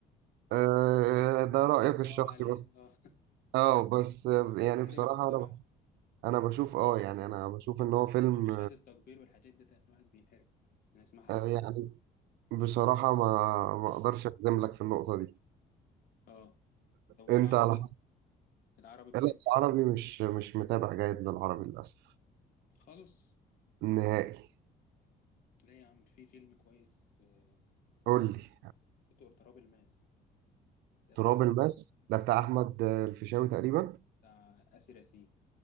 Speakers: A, on the right; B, on the left.
A: آه ده رأيك
B: مش أسمعه
A: الشخصي
B: مع العيلة
A: بس
B: اه
A: اه بس يعني
B: <laughs> هنحرج
A: بصراحة
B: بالصراحة
A: انا انا بشوف اه يعني
B: من
A: انا بشوف ان هو فيلم
B: من مشاهد التقبيل والحاجات دي الواحد بينحرج أنا أسمعها
A: آه،
B: معاه
A: يعني بصراحة ما ما
B: <laughs>
A: اقدرش اجزم لك في النقطة دي
B: اه طب والعربي
A: انت على مم. حق
B: العربي بتحب
A: لا
B: إيه؟
A: العربي مش مش متابع جيد للعربي للاسف
B: خالص
A: نهائي
B: لا يا عم في فيلم كويس آه،
A: قول لي
B: دكتور تراب الماس ده
A: تراب
B: بتاع
A: الماس ده
B: اه
A: بتاع احمد آه، الفيشاوي تقريبا
B: بتاع آسر ياسين